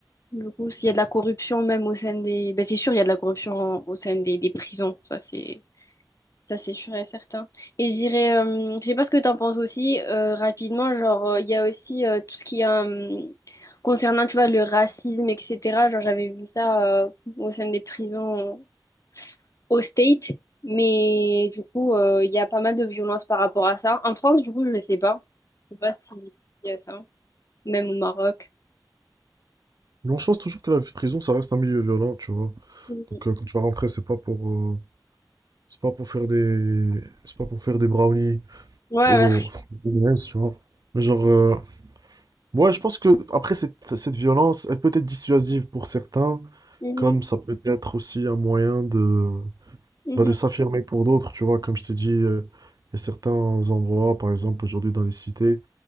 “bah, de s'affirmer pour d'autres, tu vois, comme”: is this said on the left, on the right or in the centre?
Right